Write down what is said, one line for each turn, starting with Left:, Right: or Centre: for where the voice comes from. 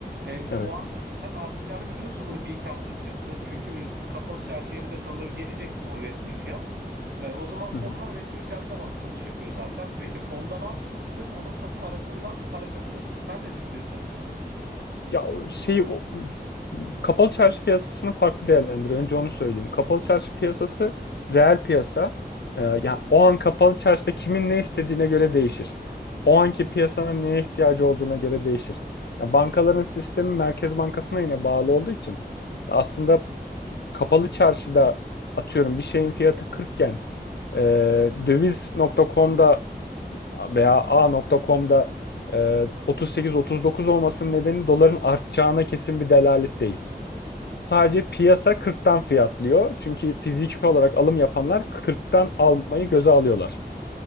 Right: E,
Left: Evet.
Right: o anda sen artacağını biliyorsun bunun bir iki hafta içerisinde. Çünkü bir kapalı çarşı yerinde sonunda gelecek bu resmi fiyat. E, o zaman
Left: Hı
Right: fonlar
Left: hı.
Right: resmi fiyattan alış satış yapıyor zaten. Diyor ki fondan al, sırf alım satım arasından para kazanırsın. Sen ne düşünüyorsun?
Left: Ya o şey o, kapalı çarşı piyasasını farklı değerlendiriyor. Önce onu söyleyeyim. Kapalı çarşı piyasası reel piyasa. Ee, yani o an kapalı çarşıda kimin ne istediğine göre değişir. O anki piyasanın neye ihtiyacı olduğuna göre değişir. Ya bankaların sistemi Merkez Bankası'na yine bağlı olduğu için aslında kapalı çarşıda atıyorum bir şeyin fiyatı 40 iken e, döviz.com'da veya a A.com'da e, 38-39 olmasının nedeni doların artacağına kesin bir delalet değil. Sadece piyasa 40'tan fiyatlıyor. Çünkü fiziki olarak alım yapanlar 40'tan almayı göze alıyorlar.